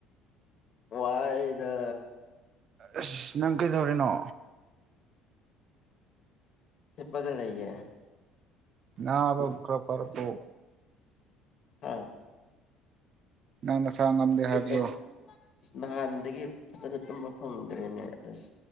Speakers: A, on the left; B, on the right.
A: ꯋꯥꯏꯗ꯫
B: ꯑꯁ ꯅꯪ ꯀꯩꯗꯧꯔꯤꯅꯣ꯫
A: ꯍꯤꯞꯄꯒ ꯂꯩꯌꯦ꯫
B: ꯅꯕ ꯈꯔ ꯐꯔꯄꯣ꯫
A: ꯑꯥ꯫
B: ꯅꯪ ꯅꯁꯥ ꯉꯝꯗꯦ ꯍꯥꯏꯕꯗꯣ꯫
A: ꯇꯨꯝ ꯅꯍꯥꯟꯗꯒꯤ ꯐꯖꯅ ꯇꯨꯝꯕ ꯐꯪꯗ꯭ꯔꯦꯅꯦ ꯑꯁ꯫